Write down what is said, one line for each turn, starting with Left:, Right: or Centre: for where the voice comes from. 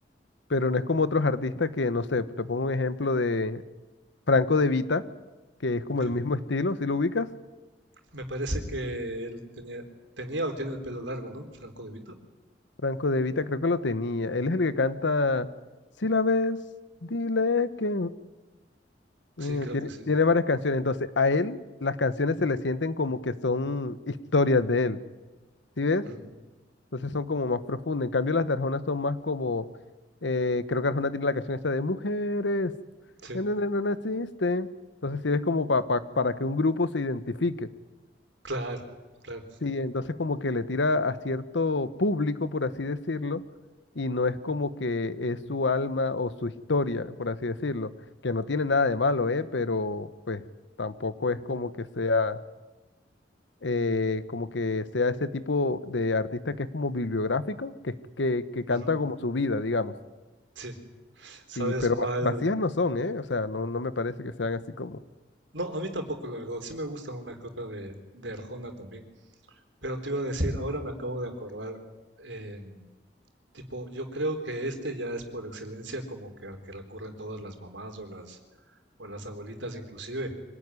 Left: pero no es como otros artistas que, no sé, te pongo un ejemplo de Franco De Vita, que es como
Right: ok.
Left: el mismo estilo, si lo ubicas,
Right: Me parece que él tenía, tenía o tiene el pelo largo, ¿no? Franco De Vito.
Left: Franco De Vita creo que lo tenía, él es el que canta, si la ves, dile que... Mm,
Right: Sí, creo
Left: tiene,
Right: que sí.
Left: tiene varias canciones, entonces a él las canciones se le sienten como que son historias de él, ¿sí ves?
Right: Ujú,
Left: Entonces son como más profundas. En cambio las de Arjona son más como, eh, creo que Arjona tiene la canción esta de mujeres,
Right: Sí,
Left: no, no, no, no existe. Entonces sí ves como pa- pa- para que un grupo se identifique.
Right: claro, claro.
Left: Sí, entonces como que le tira a cierto público, por así decirlo, y no es como que es su alma o su historia, por así decirlo, que no tiene nada de malo, ¿eh? Pero pues tampoco es como que sea, eh, como que sea ese tipo de artista que es como bibliográfico, que, que, que canta
Right: Ujú,
Left: como su vida, digamos.
Right: Sí. ¿Sabes
Left: Sí, pero
Right: cuál?
Left: va- vacías no son, ¿eh? O sea, no, no me parece que sean así como,
Right: No, a mí tampoco, la verdad. Sí me gusta una que otra de, de Arjona también. Pero te iba a decir, ahora me acabo de acordar, eh, tipo, yo creo que este ya es por excelencia como que al que recurren todas las mamás o las, o las abuelitas inclusive,